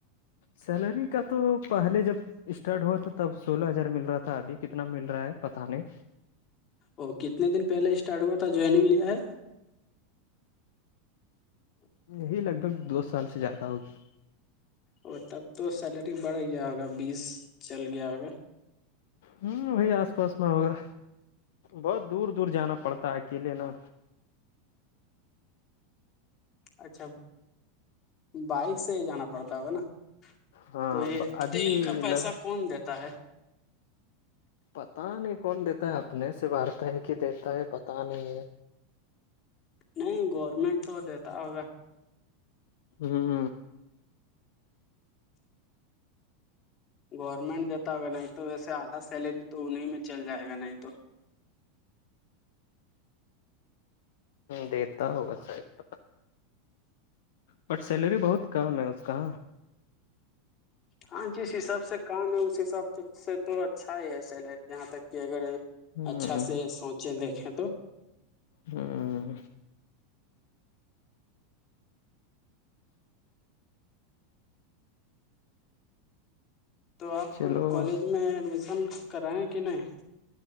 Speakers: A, on the left; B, on the left.
A: سیلری کا تو پہلے جب اسٹارٹ ہوا تھا تب سولہ ہزار مل رہا تھا تھا ابھی کتنا مل رہا ہے پتاہ نہیں
B: ا کتنے دن پہلے اسٹارٹ ہوا تھا جوائننگ لیا ہے
A: یہی لگ بھگ دو سال سے جاتا ہوگی
B: اور تب تو سیلری بڑھ گیا ہوگا بیس چل گیا ہوگا
A: ہوں وہی آس پاس میں ہوگا بہت دور دور جانا پڑتا ہے اکیلے نا
B: اچھا بائک سے جانا پڑتا ہوگا نا
A: ہاں
B: تو یہ
A: ابھی
B: تیل کا پیسہ
A: لگ
B: کون دیتا ہے
A: پتا نہیں کون دیتا ہے اپنے سے بارتا ہے کہ دیتا ہے پتا نہیں ہے
B: نہیں گورنمنٹ تو دیتا ہوگا
A: ہاں
B: گورنمنٹ دیتا ہوگا نہیں تو ویسے آدھا سیلری تو انہیں میں چل جائے گا نہیں تو
A: دیتا ہوگا س پ بٹ سیلری بہت کم ہے اس کا
B: ہاں جس حساب سے کام ہے اس حساب سے تو اچھا ہی ہے سیلری جہاں تک کہ اگر
A: ہ
B: اچھا سے سوچیں دیکھیں تو
A: ہاں
B: تو آپ
A: چلو
B: کالج میں ایڈمیشن کرائیں کہ نہیں